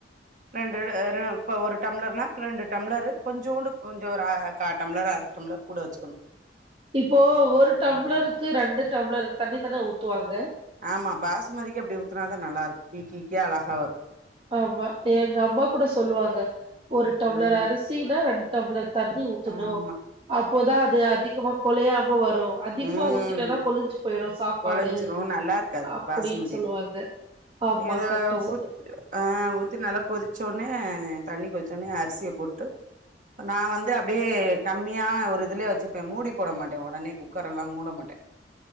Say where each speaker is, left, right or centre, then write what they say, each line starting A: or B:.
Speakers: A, on the right; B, on the right.
A: ரெண்டு ஆ ரெ இப்போ ஒரு டம்ளர்னா ரெண்டு டம்ளரு கொஞ்சோண்டு கொஞ்சோ ஒரு ஆ கா டம்ளர் அர டம்ளர் கூட வச்சுக்கணு
B: இப்போ ஒரு டம்ளருக்கு ரெண்டு டம்ளர் தண்ணிதான ஊத்துவாங்க
A: ஆமா பாசுமதிக்கு அப்டி ஊத்துனாதா நல்லா இருக்கு ஈக்கி ஈக்கியா அழகா வரு
B: ஆமா எங்க அம்மா கூட சொல்லுவாங்க ஒரு டம்ளர்
A: ம்
B: அரிசினா ரெண்டு டம்ளர் தண்ணி ஊத்தணு
A: ஆமா
B: அ ப்பதா அது அதிகமா கொழையா ம வரு அதிகமா
A: ம்
B: ஊத்திட்டேனா கொழஞ்சு போயிடு சாப்பாடு
A: கொழஞ்சிரும் நல்லா இருக்காது
B: அப்படின்னு
A: பாசுமதில
B: சொல்லுவாங்க. ஆமா
A: இத
B: கரெக்டா சொன்னீங்க
A: ஊத் ஆ ஊத்திட்டு நல்லா கொதிச்சோடனே தண்ணி கொதிச்சோடனே அரிசிய போட்டு நா வந்து அ ப்படியே கம்மியா ஒரு இதுலயே வச்சுப்ப மூடி போட மாட்டே ஒடனே குக்கர் எல்லா மூட மாட்டே